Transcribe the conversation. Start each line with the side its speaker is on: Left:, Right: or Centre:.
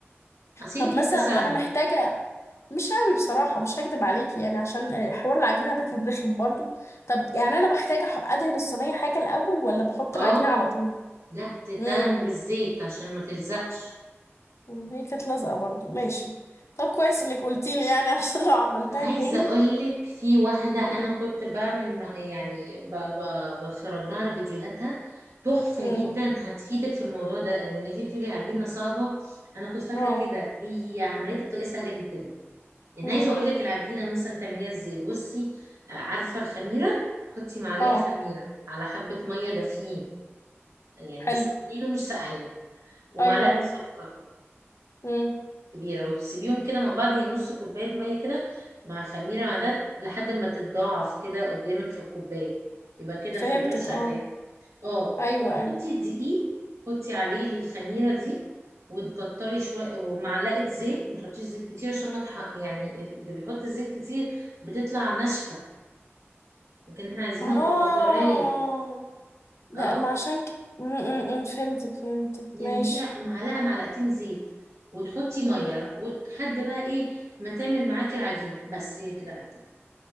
Right: اصل
Left: طب
Right: هي البيتزا
Left: مثلا
Right: سهله
Left: انا محتاجه مش قوي بصراحه مش هكدب عليكي يعني عشان حوار العجينه ده كان رخم برضو طب يعني انا بحتاج أح- ادهن الصينيه حاجه الاول ولا بحط
Right: اه
Left: العجينه على طول
Right: لا تدهن
Left: امم
Right: بالزيت عشان ما تلزقش
Left: مم، هي كانت لازقة برضو ماشي طب كويس انك قلتيلي يعني <laughs> عشان لو عملتها
Right: عايزة
Left: تاني
Right: أقولك في واحدة أنا
Left: مم،
Right: كنت بعمل مع- يعني ب- ب- بتفرج لها على فيديوهاتها تحفة
Left: مم،
Right: جدا هتفيدك في الموضوع ده إن أنتي بتقولي عجينة صعبة أنا كنت فاكرة
Left: اه
Right: كده هي عمليتها بطريقة سهلة جدا يعني
Left: مم،
Right: عايزة أقولك العجينة مثلا تعمليها إزاي بصي آه، عارفة الخميرة حطي معلقة
Left: اه
Right: خميرة على حبة مية دافيين يعني
Left: حلو
Right: مش سخنين ومش ساقعين ومعلقة
Left: ايوه ايوه
Right: سكر
Left: مم،
Right: كبيرة وتسيبيهم كده مع بعض هي نص كوباية مية كده مع الخميرة مع ده لحد ما تتضاعف كده قدامك في الكوباية يبقى كده
Left: فهمتك
Right: الخميرة شغال
Left: اه
Right: اه
Left: ايوه
Right: وتحطي
Left: ايوه
Right: دقيق حطي عليه الخميرة دي وتكتري شوية ومعلقة زيت ما تحطيش زيت كتير عشان ما تح... يعني اللي بيحط زيت كتير بتطلع ناشفة لكن احنا عايزينها
Left: اه
Right: تبقى طرية
Left: ده
Right: اه
Left: ما عشان ك... مم، مم، مم، فهمتك فهمتك
Right: يعني
Left: ماشي
Right: هي معلقة معلقتين زيت وتحطي
Left: مم.
Right: مية وتحد بقى ايه ما تعمل معاكي العجينة بس هي كده العجينة